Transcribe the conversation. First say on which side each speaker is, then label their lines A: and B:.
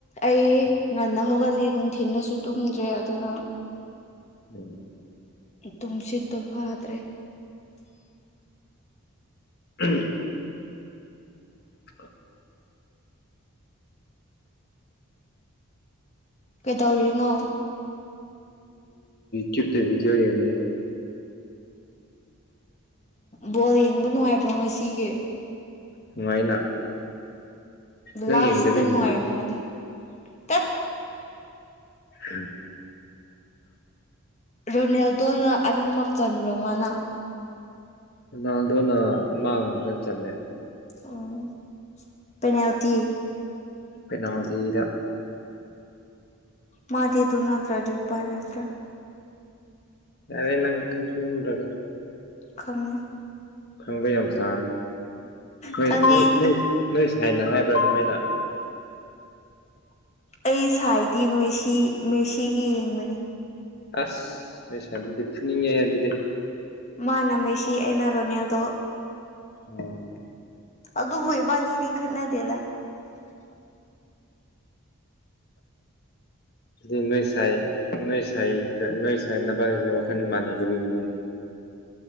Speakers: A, on the left; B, on the left.
A: ꯑꯩ ꯉꯟꯅ ꯍꯧꯒꯠꯂꯦ ꯅꯨꯡꯊꯤꯜꯗꯁꯨ ꯇꯨꯝꯗ꯭ꯔꯦ ꯑꯗꯨꯅ
B: ꯎꯝ
A: ꯇꯝꯁꯤꯠꯇꯣ ꯐꯗ꯭ꯔꯦ
B: ꯎ <inaudible>
A: ꯀꯩꯗꯧꯔꯤꯅꯣ
B: ꯌꯨꯇꯨꯕꯗꯤꯑꯣ
A: ꯕꯣꯜ ꯌꯦꯡꯕ ꯅꯨꯡꯉꯥꯏꯕ꯭ꯔꯣ ꯉꯁꯤꯒꯤ
B: ꯅꯨꯡꯉꯥꯏꯅ ꯅꯪ
A: ꯂꯥꯁꯇ
B: ꯌꯦꯡꯗꯕꯩ
A: ꯅꯉꯥꯏꯦ
B: ꯅꯨꯡꯉꯥꯏ
A: ꯑꯃꯛꯗꯤ ꯇꯠ
B: ꯎꯝ
A: ꯔꯣꯅꯦꯜꯗꯣꯅ ꯑꯅꯤꯃꯛ ꯆꯟꯕ꯭ꯔꯣ ꯃꯥꯅ
B: ꯍꯜꯗꯣꯅ ꯑꯃꯥꯡ ꯑꯇꯪ ꯆꯜꯂꯦ
A: ꯎꯝ ꯄꯅꯥꯜꯇꯤ
B: ꯐꯅꯥ ꯊꯗ
A: ꯃꯥꯗꯤꯗꯨꯅꯠꯇ꯭ꯔ ꯄꯔꯗ꯭ꯔ
B: ꯔꯦ ꯅꯪ ꯀꯪꯔ
A: ꯈꯪꯉꯤ
B: ꯊꯪꯕ ꯌꯥꯝ ꯁꯥꯟ ꯅ
A: ꯈꯪꯉꯦ
B: ꯍꯥꯏꯥꯏꯅ ꯍꯥꯏꯕ꯭ꯔꯥ ꯑꯗꯨꯃꯥꯏꯅ
A: ꯑꯩ ꯁꯥꯏꯗꯤ ꯃꯁꯤ ꯃꯦꯁꯤꯒꯤ ꯌꯦꯡꯕꯅꯤ
B: ꯑꯁ ꯑꯩꯁ ꯑꯗꯨꯗꯤ ꯐꯨꯅꯤꯡꯉꯦꯍ ꯑꯗꯨꯗꯤ
A: ꯃꯥ ꯂꯝꯃꯤꯁꯤ ꯑꯩꯅ ꯔꯣꯅꯦꯜꯗꯣ
B: ꯎꯝ
A: ꯑ ꯑꯗꯨ ꯣꯏꯕꯥꯅꯤꯗꯤ ꯈꯟꯅꯗꯦꯂ
B: ꯎꯝ ꯅ ꯁꯥꯏ ꯅ ꯁꯥꯏ ꯅ ꯁꯥꯏꯠꯅꯕꯁꯤ ꯋꯥꯈꯣꯏꯅ ꯃꯥꯟꯗ ꯃ